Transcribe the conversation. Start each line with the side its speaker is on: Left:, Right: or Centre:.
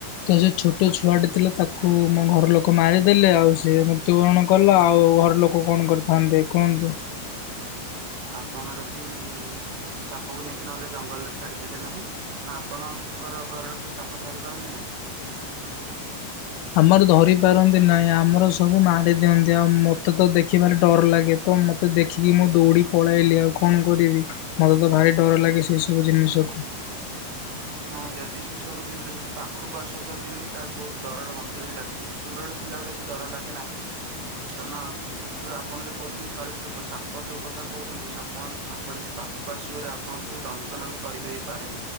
Left: ତ ସେ ଛୋଟ ଛୁଆଟେ ଥିଲା ତାକୁ ମୋ ଘର ଲୋକ ମାରିଦେଲେ ଆଉ ସେ ମୋ ତୁ କଣ କଲ, ଆଉ ଘର ଲୋକ କଣ କରିଥାନ୍ତେ କୁହନ୍ତୁ?
Right: ଆପଣ ଯଦି ସେ ସାପକୁ ନେଇକି ନହେଲେ ଜଙ୍ଗଲରେ ଛାଡିଦେଲେ ନାହିଁ। ନା ଆପଣଙ୍କର ଘରର କେହି ସାପ ଧରି ପାରନ୍ତି ନାହିଁ?
Left: ଆମର ଧରି ପାରନ୍ତି ନାହିଁ ଆମର ସବୁ ମାଡି ଦିଅନ୍ତି ଆଉ ମତେ ତ ଦେଖିଭାରି ଡର ଲାଗେ। ତ ମତେ ଦେଖିକି ମୁଁ ଦୌଡ଼ି ପଳେଇଲି ଆଉ କଣ କରିବି। ମତେ ତ ଭାରି ଡର ଲାଗେ ସେଇ ସବୁ ଜିନିଷକୁ।
Right: ନାଇଁ ଯଦି ସେ ସବୁ ଜିନିଷ ଯଦି ପାଖକୁ ଆସୁଛନ୍ତି ହାରି ତାହେଲେ ବହୁତ ଡରରେ ମତେ ବି ଲାଗେ। ଦୂରରେ ଥିଲାବେଳେ ଏତେ ଡର ଲାଗେ ନାହିଁ, କାରଣ ଯୋଉ ଆପଣ ଯୋଉ କହୁଛନ୍ତି ସରିସୃପ ସାପ ଯୋଉ କଥା କହୁଛନ୍ତି ସାପଣ ଯୋଉ ସାପ ଯଦି ପାଖକୁ ଆସିବ ହାରି ଆପଣ କୁ ଦଂଶନ ବି କରି ଦେଇପାରେ।